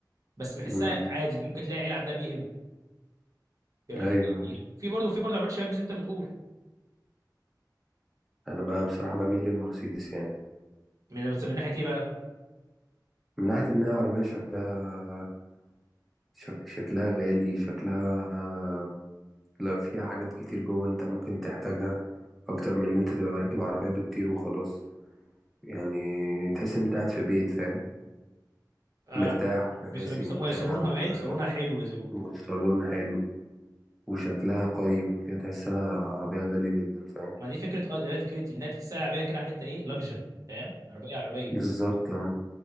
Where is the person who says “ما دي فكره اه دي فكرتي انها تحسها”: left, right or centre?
Right